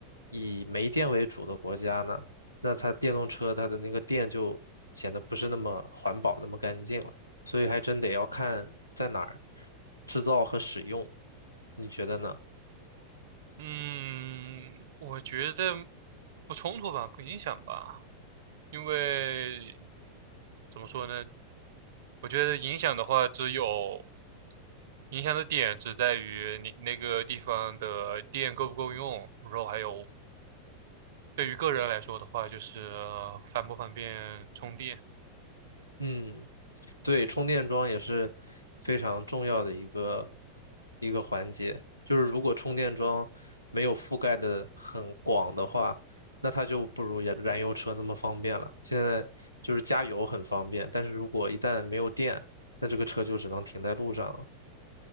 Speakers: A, on the left; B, on the right.
A: 以煤电为主的国家呢，那它电动车它的那个电就显得不是那么环保，那么干净了。所以还真得要看在哪儿制造和使用，你觉得呢？
B: 嗯，我觉得不冲突吧，不影响吧，因为怎么说呢？我觉得影响的话，只有影响的点只在于你那个地方的电够不够用，然后还有对于个人来说的话，就是方不方便充电。
A: 嗯，对，充电桩也是非常重要的一个一个环节。就是如果充电桩没有覆盖的很广的话，那它就不如燃燃油车那么方便了。现在就是加油很方便，但是如果一旦没有电，那这个车就只能停在路上了。